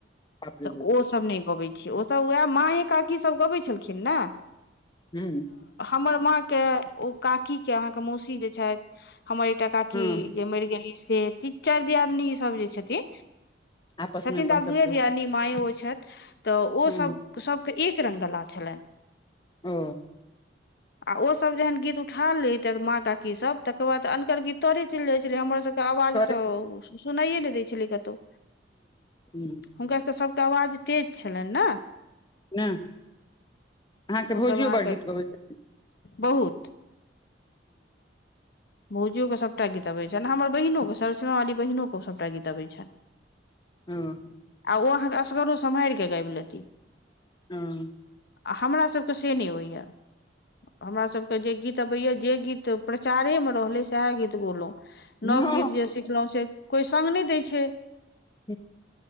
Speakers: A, on the left; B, on the left.
A: बाप रे
B: तऽ
A: बाप
B: ओ सब नहि गबे छैय। ओसभ उएह माए काकी सभ गबै छलखिन न
A: हू
B: हमर माँ के ओ काकी के अहाँ के मौसी जे छथि हमर एकटा काकी
A: हँ
B: जे मरि गेली से तीन चारि दियादनी सब जे छथिन
A: आपसमे
B: छथिन
A: अपन
B: तऽ आब दु
A: सबके
B: एगो दियदनी मााय ओ छथि। तऽ ओ
A: हूँ
B: सभ सभके एक रङ्गगला छलनि।
A: ओ
B: आ ओसभ जेहन गीत उठा लहित माँ काकी सभ तकर बाद अनकर गीत तोरे चेल जाइ छलै हमर सबके आवाज
A: हूँ
B: तऽ सुनाइए नई दै छलै कतहु
A: हूँ
B: हुनका सभटा आवाज तेज छलन ने।
A: हँ अहाँके भौजियो
B: ओसभ अहाँके
A: बड़ गीत गबैत
B: बहुत भौजियो के सब सभटा गीत अबैत छनि हमर बहिनो के सरसेमा वाली बहिनोे के सभटा गीत आ छैन।
A: हँ
B: आ ओ अहाँके असगरो सम्हारि कऽ गाबि लेती।
A: हूँ
B: आ हमरा सबके से नइ अबैए या हमरा सबके जे गीत अबैए जे गीत तऽ प्रचारे मे रहले सएह गीत गोलौ।
A: हूँ
B: नवगीत जे सिखलहुँ से कोइ सङ्ग नहि दै छैय।
A: हँ